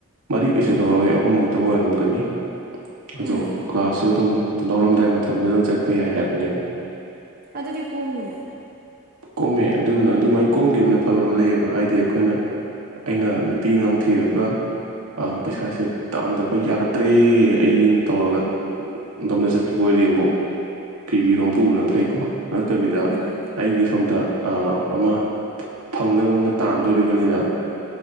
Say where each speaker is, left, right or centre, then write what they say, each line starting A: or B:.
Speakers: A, on the right; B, on the right.
A: ꯃꯔꯤ ꯀꯩꯁꯨ
B: ꯎꯝ
A: ꯂꯧꯔꯣꯢ ꯑꯍꯨꯝꯃꯨꯛ ꯇ ꯑꯣꯏꯔꯝꯒꯅꯤ ꯑꯗꯣ
B: ꯎꯝ
A: ꯀ꯭ꯂꯥꯁꯁꯨ ꯑꯗꯨꯝ ꯂꯧꯔꯝꯗꯥꯏ ꯃꯇꯝꯗꯨꯗꯪ ꯆꯠꯄ ꯌꯥꯏ ꯍꯥꯏꯕꯅꯦꯕ
B: ꯑꯗꯨꯗꯤ ꯀꯣꯃꯤꯅ
A: ꯀꯣꯝꯃꯦ ꯑꯗꯨꯗꯨꯅ ꯑꯗꯨꯃꯥꯏꯅ ꯀꯣꯝꯒꯤꯕꯅ ꯐꯕ ꯑꯃ ꯂꯩꯌꯦꯕ ꯍꯥꯏꯗꯤ ꯑꯩꯈꯣꯏꯅ ꯑꯩꯅ ꯅꯨꯄꯤ ꯉꯥꯡꯊꯤꯔꯒ ꯄꯩꯁꯥꯁꯦ ꯇꯥꯟꯗꯕ ꯌꯥꯗ꯭ꯔꯦ ꯑꯩꯅ ꯇꯧꯔꯒ ꯑꯗꯣꯝꯗ ꯆꯠꯈꯤꯕ ꯑꯣꯏꯗꯤ ꯑꯃꯨꯛ ꯀꯩꯕꯤꯔꯣꯝ ꯄꯨꯕꯅ ꯐꯩꯀꯣ ꯅꯠꯇꯕꯤꯗ
B: ꯎꯝ
A: ꯑꯩꯒꯤ ꯁꯣꯝꯗ ꯑꯃ ꯐꯪꯅꯕ ꯑꯃ ꯇꯥꯟꯗꯣꯔꯤꯕꯅꯤꯅ